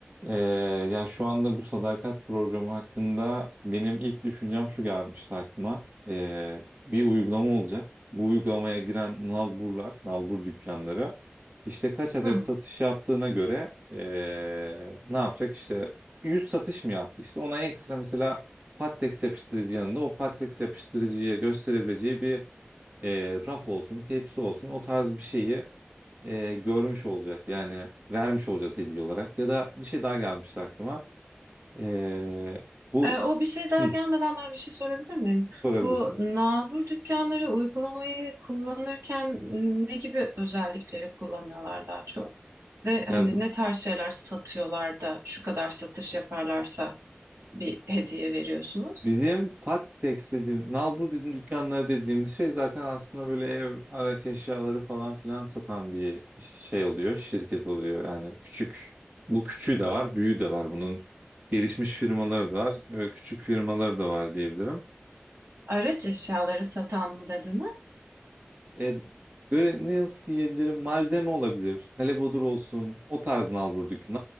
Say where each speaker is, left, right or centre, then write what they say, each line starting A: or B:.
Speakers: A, on the right; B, on the right.
A: Ee, ya şu anda bu sadakat programı hakkında benim ilk düşüncem şu gelmişti aklıma. Ee, bir uygulama olacak. Bu uygulamaya giren nalburlar, nalbur dükkanları işte kaç adet
B: Hı.
A: satış yaptığına göre ee, ne yapacak? İşte 100 satış mı yaptı? İşte ona ekstra mesela Pattex yapıştırıcı yanında o Pattex yapıştırıcıya gösterebileceği bir ee, raf olsun, tepsi olsun o tarz bir şeyi e, görmüş olacak yani vermiş olacağız hediye olarak ya da bir şey daha gelmişti aklıma. E, bu
B: E, o bir şey daha
A: hı,
B: gelmeden ben bir şey sorabilir miyim?
A: sorabilirsin.
B: Bu nalbur dükkanları uygulamayı kullanırken ne gibi özellikleri kullanıyorlar daha çok? Ve hani
A: Ya bu-
B: ne tarz şeyler satıyorlar da şu kadar satış yaparlarsa bir hediye veriyorsunuz?
A: bizim pat dediğim, nalbur dediğim dükkanlar dediğimiz şey zaten aslında böyle ev, araç eşyaları falan filan satan bir şey oluyor, şirket oluyor. Yani küçük, bu küçüğü de var, büyüğü de var. Bunun gelişmiş firmaları da var, e, küçük firmaları da var diyebilirim.
B: Araç eşyaları satan mı dediniz?
A: E, böyle ne nasıl diyebilirim? Malzeme olabilir. Kalebodur olsun. O tarz nalbur dükü.